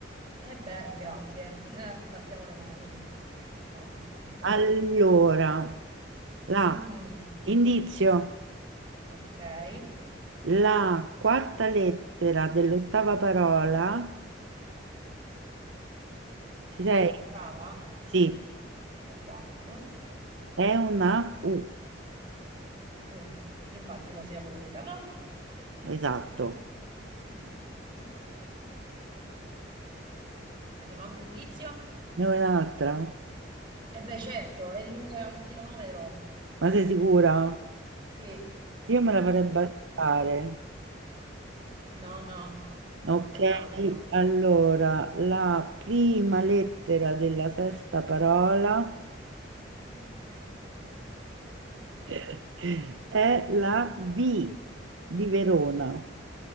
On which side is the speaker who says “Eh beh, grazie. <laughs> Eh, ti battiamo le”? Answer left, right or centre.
Right